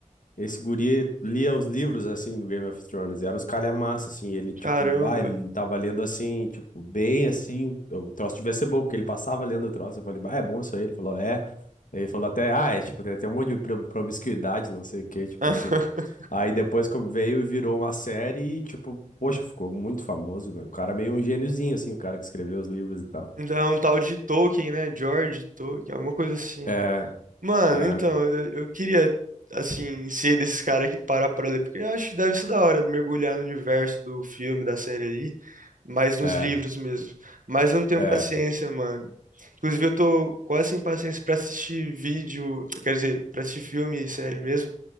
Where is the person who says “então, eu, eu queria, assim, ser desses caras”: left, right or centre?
Right